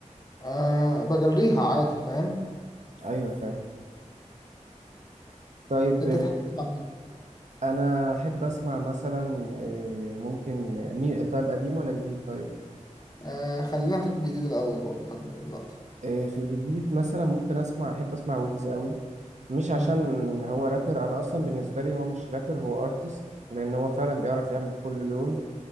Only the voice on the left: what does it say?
أه بجريها عادي فاهم
انت تحب تسمع مين؟
أه خلينا في الجديد الاول برضو خلينا دلوقتي
امم